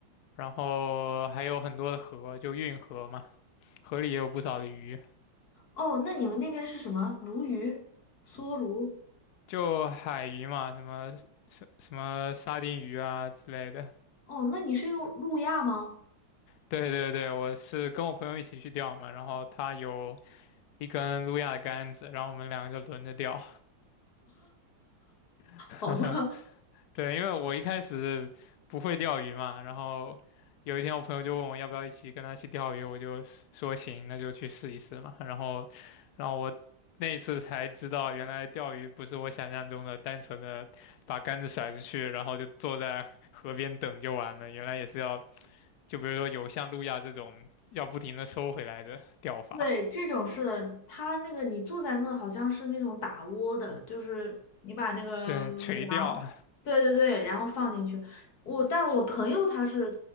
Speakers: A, on the left; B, on the left.
A: 然后还有很多的河，就运河嘛，河里也有不少的鱼，
B: 哦，那你们那边是什么？鲈鱼、梭鲈？
A: 就海鱼嘛，什么什什么沙丁鱼啊之类的。
B: 哦，那你是用路亚吗？
A: 对对对，我是跟我朋友一起去钓嘛，然后他有。一根路亚的杆子，然后我们两个就轮着钓。<laughs>
B: 好的，
A: 对，因为我一开始不会钓鱼嘛，然后有一天我朋友就问我要不要一起跟他去钓鱼，我就说行，那就去试一试嘛。然后，然后我那一次才知道，原来钓鱼不是我想象中的单纯的把杆子甩出去，然后就坐在河边等就完了，原来也是要，就比如说有像路亚这种要不停的收回来的钓法，
B: <laughs> 对，这种是的，它那个你坐在那好像是那种打窝的，就是你把那个粮，
A: 对，垂钓。
B: 对对对，然后放进去。我，但是我朋友他是